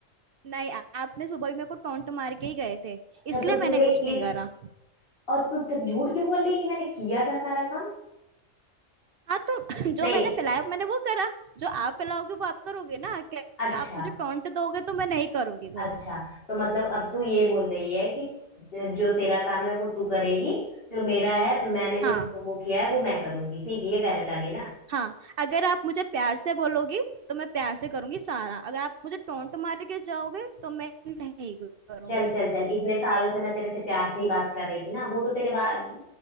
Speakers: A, on the right; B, on the left.
A: नहीं आ- आपने सुबह भी मेरे को टोंट मार के ही गए थे
B: अच्छा
A: इसलिए
B: तो
A: मैंने
B: तूने
A: कुछ नहीं
B: इस
A: करा
B: और तू तब झूठ क्यों बोल रही है कि मैंने किया था सारा काम
A: हाँ तो <clears throat> जो
B: नहीं
A: मैंने फैलाया मैंने वो करा जो आप फैलाओगे वो आप करोगे ना क्या
B: अच्छा
A: आप मुझे टोंट दोगे तो मैं नहीं करूंगी भाई
B: अच्छा तो मतलब अब तू ये बोल रही है कि जो तेरा काम है वो तू करेगी जो मेरा है मैंने
A: हाँ
B: जो वो किया है वो मैं करूंगी ठीक है ये कहना चाह रही है ना
A: हाँ अगर आप मुझे प्यार से बोलोगी तो मैं प्यार से करूंगी सारा अगर आप मुझे टोंट मार के जाओगे तो मैं नहीं करूंगी
B: चल चल चल इतने सालों से मैं तेरे से प्यार से ही बात कर रही थी ना वो तो तेरे बात